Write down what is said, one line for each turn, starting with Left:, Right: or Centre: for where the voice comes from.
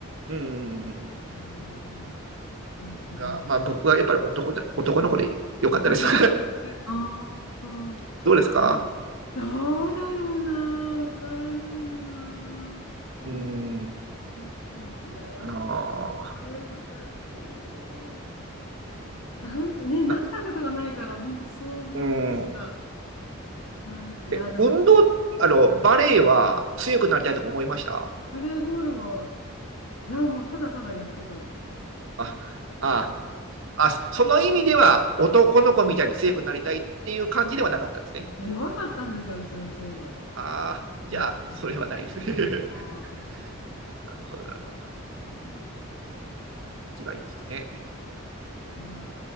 Right: うん。うん
Left: うん、男性でもあ
Right: あまあ、僕はやっぱり男で、男の子でよかったです。
Left: よかったです。あー
Right: <laughs> どうですか
Left: あ、どうだろうな、わからないな。男性で育ったら、
Right: うん。
Left: いや、
Right: かな
Left: わいや、
Right: あ
Left: 難しい。男性、ね、
Right: な、
Left: なったことがないから、本当想像でしか
Right: うん。
Left: ない。いや、
Right: え、
Left: でも。
Right: 運動、あの、バレエは強くなりたいとか思いました
Left: バレーボールは、いや、もうただただやってた。
Right: あ、あ、あ、その意味では男の子みたいに強くなりたいっていう感じではなかったんですね。
Left: いや弱かったんですよ、うちのチーム。
Right: ああ、じゃあ、
Left: うんうん
Right: それはないです。<laughs>
Left: は
Right: なるほど、なるほど。
Left: い。うん。
Right: ちがいいですかね。
Left: ね